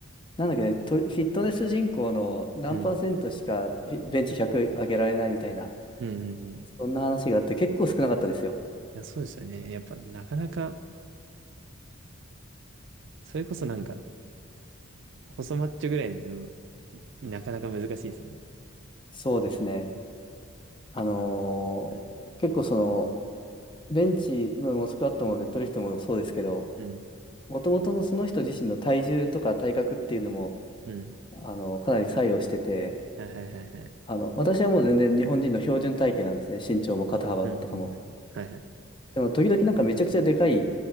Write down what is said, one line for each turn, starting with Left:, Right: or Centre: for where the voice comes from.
Left: なんだっけね、トレフィットネス人口の何パーセントしかフィベンチ100上げられないみたいな、
Right: う。うん。うんうんうん。い
Left: そんな話があって結構少なかったですよ。
Right: や、そうですよね。やっぱ、なかなか、それこそなんか、細マッチョぐらいだと、いなかなか難しいですよね。
Left: そうですね。あのー結構その、
Right: うん。
Left: ベンチ、まあもうスクワットもデッドリフトもそうですけど、
Right: うん。
Left: もともとのその人自身の体重とか体格っていうのも、
Right: うん。
Left: あの、かなり作用してて、
Right: はいはいはいはい。
Left: あの、私はもう全然日本人の標準体型なんですね。身長も肩幅とかも。
Right: うんうんうん。はいはい。
Left: でも時々なんかめちゃくちゃでかい、